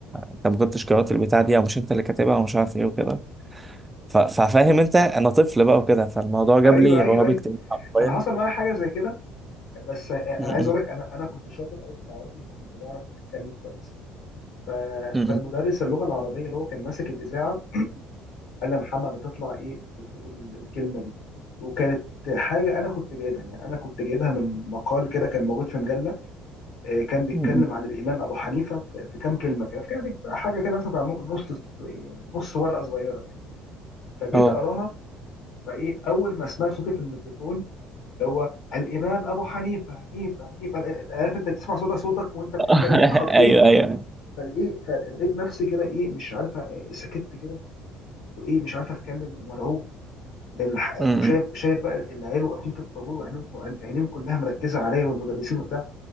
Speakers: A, on the right; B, on the left.
A: انت ما كنتش قرات البتاع دي او مش انت اللي كاتبها ومش عارف ايه وكده ف... ففاهم انت انا طفل بقى وكده فالموضوع جاب
B: أيوه
A: لي
B: أيوه
A: رهاب
B: أيوه
A: اجتماعي حرفيا
B: أنا حصل معايا حاجة زي كده بس أنا
A: م-
B: عايز أقول
A: م-
B: لك أنا أنا كنت شاطر أوي في العربي فكنت بعرف أتكلم كويس ف...
A: م-
B: فالمدرس اللغة العربية اللي هو كان ماسك الإذاعة <clears throat> قال لي يا محمد هتطلع إيه تقول الكلمة دي وكانت حاجة أنا كنت جايبها يعني أنا كنت جايبها من مقال كده كان موجود في مجلة آه، كان بيتكلم
A: م- م.
B: عن الامام ابو حنيفه في في كام كلمه كده في يعني في حاجه كده مثلا بتاع نص نص ورقه صغيره كده فجيت
A: اه
B: اقراها فايه اول ما سمعت صوتي في الميكروفون اللي هو الامام ابو حنيفه حنيفه حنيفه عارف انت تسمع صوت صوتك وانت بتتكلم
A: <laughs>
B: اتخضيت
A: ايوه ايوه
B: فالايه فلقيت نفسي كده ايه مش عارفه آه، سكت كده وايه مش عارفه اتكلم ومرعوب لان الح-
A: م-
B: وشايف
A: م.
B: شايف بقى العيال واقفين في الطابور وعينيهم وعينيهم كلها مركزه عليا والمدرسين وبتاع